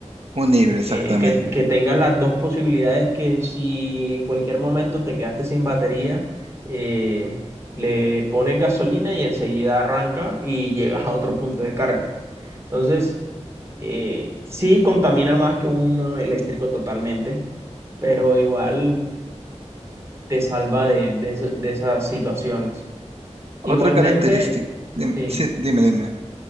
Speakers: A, on the right; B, on the right.
A: un híbrido exactamente.
B: eh, que, que tenga las dos posibilidades que si en cualquier momento te quedaste sin batería, eh, le pones gasolina y enseguida arranca y llegas a otro punto de carga. Entonces, eh, sí contamina más que uno eléctrico totalmente, pero igual te salva de, de, eso- de esas situaciones.
A: Otra
B: Igualmente,
A: característica, dime,
B: sí.
A: sí, dime, dime.